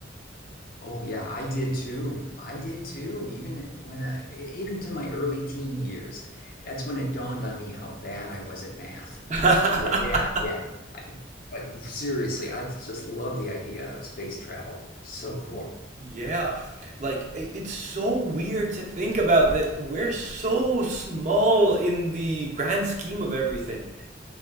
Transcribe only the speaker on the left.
Oh yeah, I did too. I did too. Even when I, e, even to my early teen years, that's when it dawned on me how bad I was at math.
But yeah, yeah. I, but seriously, I just love the idea of space travel. So cool.